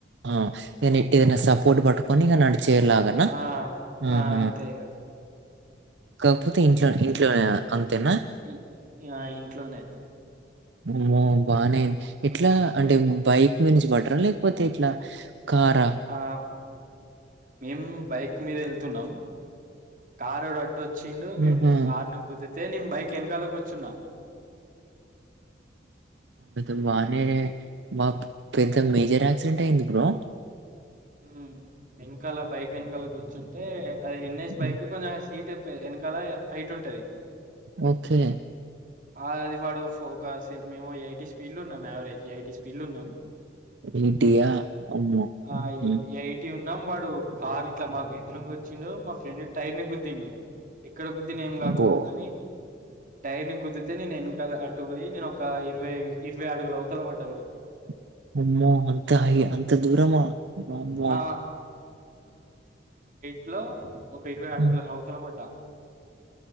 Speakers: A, on the right (about 75°); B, on the right (about 45°).
A: ఆ నినిట్ట ఏదన్న సపోర్ట్ పట్టుకోని ఇగ నడిచేలగా
B: ఆ
A: ఆ అహ
B: అంతే ఇగ
A: కాకపోతే ఇంట్లో ఇంట్లోనే అంతేనా
B: మ్ ఆ ఇంట్లోనే
A: అమ్మో బానే ఇట్లా అంటే బైక్ మీ నుంచి పడ్రా లేకపోతే ఇట్లా కారా
B: ఆమేము బైక్ మీద వెళ్తున్నాం కారోడ్ అడ్డొచ్ వచ్చిండు మేము
A: ఆహా!
B: కార్ ను గుద్ధితే నేను బైక్ వెనకాల కూర్చున్నా
A: అ బానే మా పెద్ద మేజర్ యాక్సిడెంట్ అయింది బ్రో
B: మ్ వెనకాల బైక్ వెనకాల కూర్చుంటే అది ఎన్ేస్
A: హ్మ్.
B: బైక్ కొంచెం అది సీట్ ట్ ప్పే వెనకాల హైట్ ఉంటది
A: ఓకే
B: ఆ అది వాడు ఒక మేము ఏయిటీ స్పీడ్ల ఉన్నాము యావరేజ్ ఐటీ స్పీ పిళ్ల్లున్నాం
A: ఈటీయా? అమ్మో!
B: ఆ
A: హుహు.
B: ఎట్ టున్నాం వాడు కార్ ఇట్లా మాకు ఎదురుంగోచ్చిండు మా ఫ్రెండ్ టైర్ ని గుద్దిీండు ఎక్కడ గుద్దీనా ఏం
A: అబ్బో!
B: కాకపోవుగాని టైర్ ని గు తే నేను వెనకాల అటు పోయి నేను ఒక ఇరవై ఇరవై అడుగుల అవుతల పడ్డ బ్రో
A: <inaudible> అమ్మో అంత హై అంత దూరమా వామ్మో
B: ఆ ట్లో ఒక ఇరవై అడుగుల
A: హ్మ్.
B: అవ్ తల పడ్డా